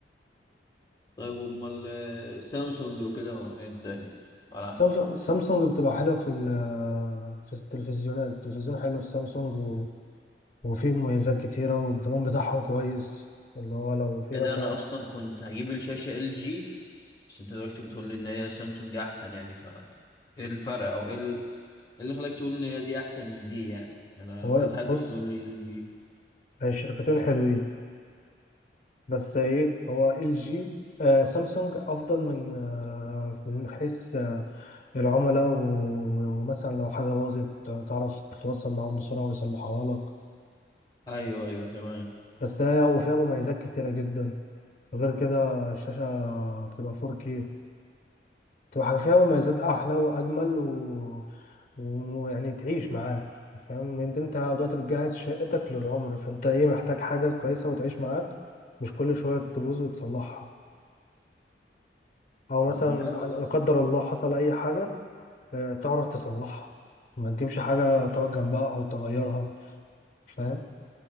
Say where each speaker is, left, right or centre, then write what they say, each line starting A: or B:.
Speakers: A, on the left; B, on the left.
A: طيب امال آه، سامسونج وكده ما ايه الدنيا انا
B: سامسونج سامسونج بتبقى حلوه في ال- في التلفزيونات التلفزيون حلو في سامسونج و... وفيه مميزات كتيره والضمان بتاعهم كويس اللي هو لو في
A: ايه
B: مثلا
A: ده انا اصلا كنت هجيب الشاشة ال جي بس انت دلوقتي بتقول لي ان هي سامسونج احسن يعني ف ايه الفرق او ايه ال- إيه اللي خلاك تقول ان هي دي احسن من دي يعني انا
B: هو
A: كذا حد
B: بص
A: كان بيقول لي ال جي
B: هي الشركتين حلوين بس ايه هو ال جي آه سامسونج افضل من آه من حيث آه، العملاء و- ومثلا لو حاجه باظت تعرف تتواصل معاهم بسرعه ويصلحوها لك
A: ايوه ايوه تمام
B: بس هي يعني وفيها مميزات كتيرة جدا غير كده الشاشة بتبقى 4K بتبقى حاجة فيها مميزات أحلى وأجمل و... ويعني تعيش معاك فاهم إن انت انت دلوقتي بتجهز شقتك للعمر فانت ايه محتاج حاجة كويسة وتعيش معاك مش كل شوية تبوظ وتصلحها او مثلا
A: طب ما حلو
B: لا
A: ده
B: قدر الله حصل اي حاجة آه، تعرف تصلحها ما تجيبش حاجة تقعد جنبها او تغيرها فاهم